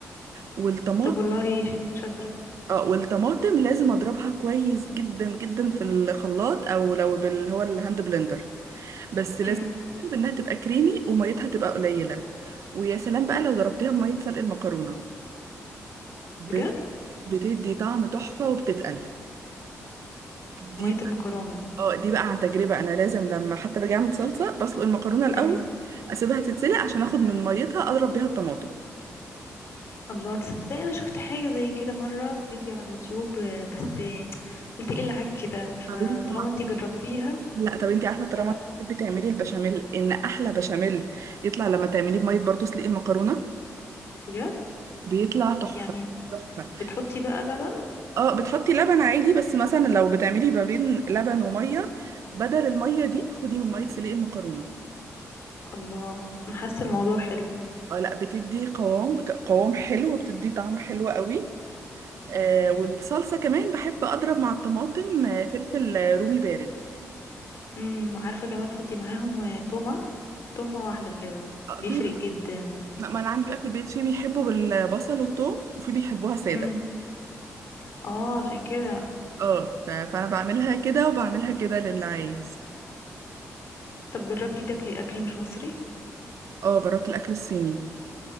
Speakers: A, on the right; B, on the left.
A: والطماطم
B: طب والله ش- شاطرة
A: اه والطماطم لازم اضربها كويس جدا جدا في الخلاط او لو بال هو الهاند بلندر بس لازم
B: امم
A: تجرب انها تبقى كريمي وميتها تبقى قليله ويا سلام بقى لو ضربتيها بميه سلق المكرونه بت-
B: بجد
A: بتدي طعم تحفه وبتتقل دي
B: مية المكرونة
A: اه دي بقى عن تجربه انا لازم لما حتى باجي اعمل صلصه بسلق المكرونه الاول
B: امم
A: اسيبها تتسلق عشان اخد من ميتها اضرب بيها الطماطم
B: الله تصدق انا شفت حاجة زي كده مرة في فيديو على اليوتيوب آه، بس آه، قلت ايه العك كده
A: طب
B: فطالما
A: انت عارفه
B: انتي جربتيها
A: لا طب انت عارفه طالما
B: فلا
A: بتحبي تعملي البشاميل ان احلى بشاميل يطلع لما تعمليه بميه برضه سلق المكرونه
B: بجد
A: بيطلع تحفه
B: يعني
A: تحفه
B: بتحطي بقى لبن
A: اه بتحطي لبن عادي بس مثلا لو بتعملي ما بين لبن وميه بدل الميه دي خدي من ميه سليق المكرونه
B: الله انا حاسة الموضوع حلو
A: اه لا بتدي قوام قوام حلو وبتدي طعم حلو قوي آه والصلصه كمان بحب اضرب مع الطماطم آه، فلفل آه، رومي بارد
B: امم عارفة كمان حطي معاهم آه، تومة تومة واحدة كده
A: اه
B: بيفرق
A: في بقى
B: جدا
A: لا، ما انا عندي بقى في البيت في بيحبوا بالبصل والثوم وفي بيحبوها ساده
B: امم اه عشان كده
A: اه ف- فانا بعملها كده وبعملها كده للي عايز
B: طب جربتي تاكلي اكل مش مصري
A: اه جربت الاكل الصيني